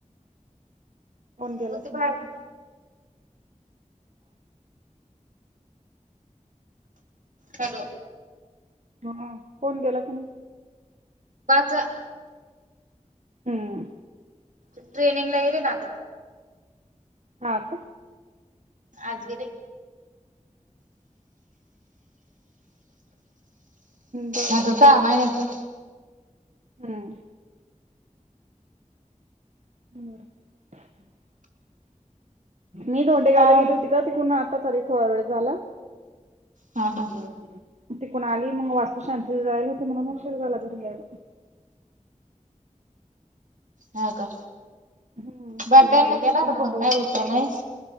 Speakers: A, on the right; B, on the right.
A: कोन
B: मग
A: केला.
B: मग ते बाहेर हॅलो!
A: ह कोण गेला तुम्.
B: वाचा.
A: हम्म
B: ट्रेनिंग ला हेरे ना आता
A: हा ते.
B: आज गेरी.
A: बरं.
B: आता सहा महिन्याचं
A: हम्म. <unintelligible> मी दधोंडेगावला
B: काय म्हण
A: गेली होती का तिकून आता चाले थोडा वेळ झाला.
B: हा हा
A: हम्म तिकण आली मग वास्तू शांतीला जायला होते मग मग उशरझाला घरी यायला.
B: हा का
A: हम्म
B: बरं
A: टीम
B: त्यांनी
A: आलेली
B: केला
A: होती ना
B: तर
A: आता
B: फोन काय
A: उद्या
B: उत नाही.